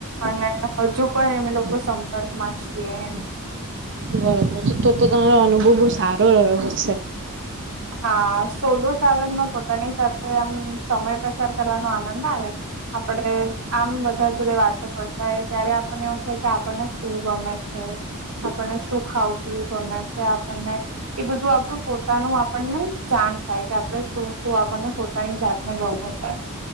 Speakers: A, on the right (about 75°); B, on the right (about 55°).
A: અને હજુ પણ એમે લોકો સંપર્કમાં જ છ એમ.
B: બરોબર છે તો તો તમારો અનુભવ બહુ સારો રહ્યો હ છે.
A: હા સોલો ટ્રાવેલમાં પોતાની સાથે આમ સમય પસાર કરવાનો આનંદ આવે છે. આપડે આમ બધા જોડે વાતો કરતા હોય ત્યારે મ એવું થ કે આપણને શું ગમે છે. આપણને સુું ખાવું પીવું ગમે છે આપણને એ બધું આપણું. પોતાનું આપણને જાણ થાય કે આપણે શું શું આપણને પોતાની જાતને લોને છે.